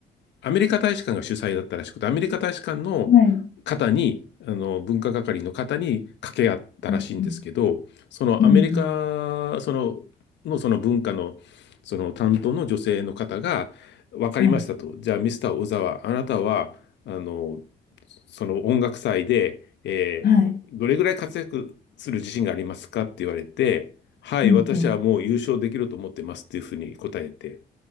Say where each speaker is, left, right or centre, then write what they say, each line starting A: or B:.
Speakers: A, on the left; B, on the left.
A: アメリカ大使館が主催だったらしくて、アメリカ大使館の
B: うんはい、
A: 方に、あの、文化係の方に掛け合ったらしいんですけど、
B: うん、
A: そのアメリカ、
B: うん、うん
A: その、のその文化の、その担当の女性の方が、分かりましたと。
B: はい、
A: じゃあ、ミスター小沢、あなたは、あの、その音楽祭で、えーどれぐらい活躍する自信がありますかって言われて、
B: はい、
A: はい、
B: うん、
A: 私はもう優勝できると思ってますっていうふうに答えて、